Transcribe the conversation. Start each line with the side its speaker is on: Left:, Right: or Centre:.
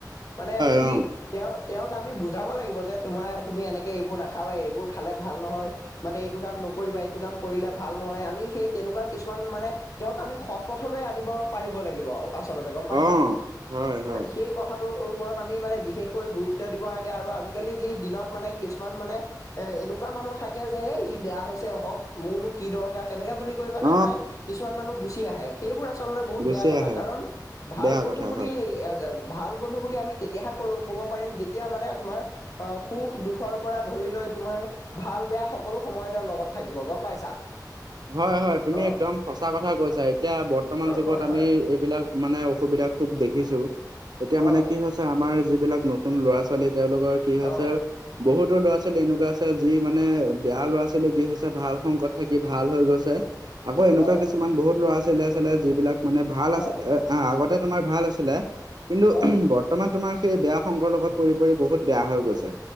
Left: মানে কি।
Right: হয়
Left: তেওঁ তেওঁক আমি বুজাব লাগিব যে তোমাৰ তুমি এনেকৈ এইবোৰ নাখাবা এইবোৰ খালে ভাল নহয়। মানে এইটো কাম নকৰিবা এইটো কাম কৰিলে ভাল নহয় আমি। সেই তেনেকুৱা কিছুমান মানে তেওঁক আমি সৎ পথলৈ আনিব পাৰিব লাগিব। আচলতে গম
Right: অ
Left: পাইছা
Right: অ হয় হয়
Left: সেই কথাটো। ওপৰত আমি মানে বিশেষকৈ গুৰুত্ব দিব লাগে আৰু আজিকালি যি দিনত মানে কিছুমান মানে। এ এনেকুৱা মানুহ থাকে যে ই বেয়া হৈছে হক মোৰনো কি দৰকাৰ। তেনেকে বুলি কৈ পেলাই
Right: অ
Left: মানে কিছুমান মানুহ গুচি আহে। সেইবোৰ আচলতে বহুত
Right: গুচি
Left: বেয়া কথা
Right: আহে
Left: কাৰণ ভাল
Right: বেয়া
Left: বন্ধু
Right: কথা
Left: বুলি
Right: হয়
Left: এ। ভাল বন্ধু বুলি আমি তেতিয়াহে ক ক'ব পাৰিম যেতিয়া মানে তোমাৰ। অ সুখ দুখৰ পৰা ধৰি লৈ তোমাৰ ভাল বেয়া সকলো সময়তে লগত থাকিব গম পাইছা।
Right: হয়, হয় তুমি
Left: অ
Right: একদম সচা কথা কৈছা এতিয়া বৰ্তমান যুগত
Left: হয়
Right: আমি
Left: হয়
Right: এ বিলাক মানে অসুবিধা খুব দেখিছো এতিয়া
Left: অ
Right: মানে কি হৈছে আমাৰ যিবিলাক নতুন ল'ৰা ছো ছোৱালী তেওঁলোকৰ কি হৈছে
Left: অ
Right: বহুতো ল'ৰা ছোৱালী এনেকুৱা আছে যি মানে বেয়া ল'ৰা ছোৱালী কি হৈছে ভাল সংগত থাকি ভাল হৈ গৈছে আকৌ এনেকুৱা
Left: অ
Right: কিছুমান বহুত ল'ৰা ছোৱালীয়ে আছিলে যিবিলাক মানে ভাল
Left: হয়
Right: আছিলে আহ আগতে তোমাৰ ভাল আছিলে কিন্তু বৰ্ত
Left: অ
Right: বৰ্তমান তোমাৰ সেই বেয়া সংগৰ লগত পৰি পৰি বহুত বেয়া হৈ গৈছে